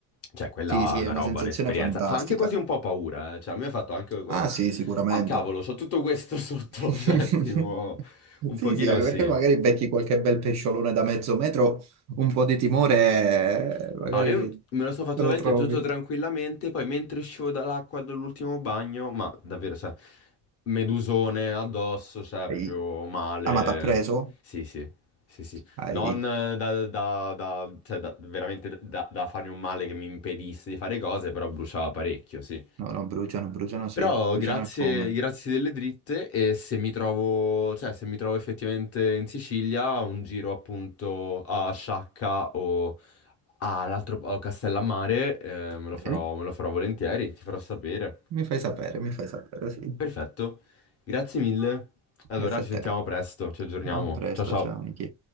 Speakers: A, on the left; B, on the right.
A: Cioè, quella
B: Sì, sì,
A: è una
B: è una
A: roba,
B: sensazione
A: un'esperienza.
B: fantastica.
A: Fa anche quasi un po' paura, eh. Cioè, a me ha fatto anche quasi...
B: Ah, sì, sicuramente.
A: Ah, cavolo, c'ho tutto questo sotto,
B: <laughs>
A: <laughs> cioè, tipo, un
B: Sì,
A: pochino
B: sì, anche
A: sì.
B: perché magari becchi qualche bel pesciolone da mezzo metro, un po' di timore, eh, magari
A: Ah, io me lo sono fatto
B: te
A: veramente
B: lo trovi.
A: tutto tranquillamente, poi mentre uscivo dall'acqua dall'ultimo bagno, ma davvero, cioè, medusone addosso, cioè, proprio
B: Ai.
A: male.
B: Ah, ma t'ha preso?
A: Sì, sì, sì, sì.
B: Ai.
A: Non eh, da, da- da- cioè, da- veramente da, da farmi un male che mi impedisse di fare cose, però bruciava parecchio, sì.
B: No, no, bruciano, bruciano sì,
A: Però
B: bruciano
A: grazie,
B: è come.
A: grazie delle dritte e se mi trovo, cioè, se mi trovo effettivamente in Sicilia, un giro appunto a Sciacca o all'altro a Castellammare, eh, me lo farò,
B: Eh,
A: me lo farò volentieri, ti farò sapere.
B: Mi fai sapere, mi fai sapere, sì.
A: Perfetto, grazie mille. Allora
B: Grazie
A: ci
B: a te.
A: sentiamo presto, ci aggiorniamo.
B: A presto,
A: Ciao ciao.
B: ciao Nichi.